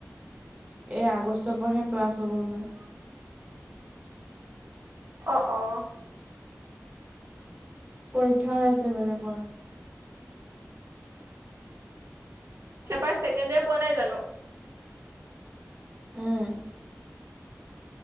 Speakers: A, on the right; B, on the right.
A: এই আগষ্টৰ পৰাহে ক্লাছ হ'ব আমাৰ
B: অ অ
A: পৰীক্ষাও আছে বেলেগৰ
B: সেপাৰ ছেকেণ্ডাৰ পোৱা নাই জানো
A: উম,